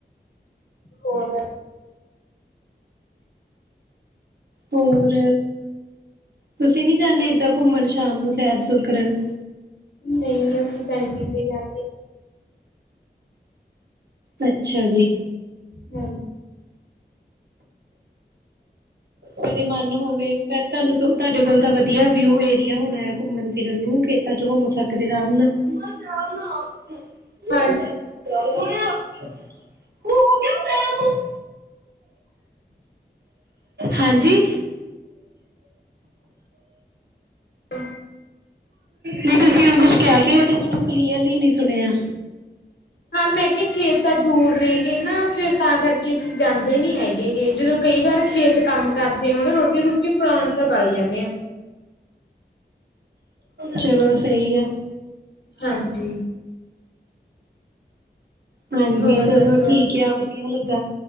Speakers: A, on the left; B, on the right.
A: ਹੋਰ?
B: ਹੋਰ, ਤੁਸੀਂ ਨੀ ਜਾਂਦੇ ਏਦਾਂ ਘੁੰਮਣ, ਸ਼ਾਮ ਨੂੰ ਸੈਰ-ਸੁਰ ਕਰਨ?
A: ਨਹੀਂ ਅਸੀਂ ਟੈਂਕੀ ਪੇ ਜਾਂਦੇ।
B: ਅੱਛਾ ਜੀ
A: <unintelligible>
B: ਕਦੇ ਮਨ ਹੋਵੇ ਮੈਂ ਤੁਹਾਨੂੰ ਤੁਹਾਡੇ ਕੋਲ ਤਾਂ ਵਧੀਆ ਵਿਊ ਏਰੀਆ ਹੋਣਾ ਆ ਘੁੰਮਣ ਫਿਰਨ ਨੂੰ। ਖੇਤਾਂ ਚ ਘੁੰਮ ਸਕਦੇ ਆਰਾਮ ਨਾਲ ਮੰਮਾ ਚਾਹ ਬਣਾਓ ਉੱਠ ਕੇ <unintelligible>
A: ਹਾਂਜੀ
B: ਹਾਂਜੀ
A: <inaudible>
B: ਨਹੀਂ ਤੁਸੀਂ ਕੁਛ ਕਹਿ ਕੇ ਕਟੇ ਮੈਨੂੰ ਕਲੀਅਰਲੀ ਨੀ ਸੁਣਿਆ
A: ਹਾਂ ਮੈਂ ਕਿਹਾ ਖੇਤ ਤਾਂ ਦੂਰ ਰ ਗਏ ਨਾ ਫਿਰ ਤਾਂ ਕਰਕੇ। ਅਸੀਂ ਜਾਂਦੇ ਨੀ ਹੈਗੇ ਜਦੋਂ ਕਈ ਵਾਰ ਖੇਤ ਕੰਮ ਕਰਦੇ ਹੁਣ ਰੋਟੀ ਰੂਟੀ ਫਲਾਉਣ ਤੱਕ ਆਈ ਜਾਂਦੇ ਹਾਂ।
B: ਚਲੋ ਸਈ ਐ।
A: ਹਾਂਜੀ।
B: ਹਾਂਜੀ
A: ਹੋਰ
B: ਚਲੋ
A: ਦੱਸੋ
B: ਠੀਕ ਯਾ, ਵਧੀਆ ਲੱਗਾ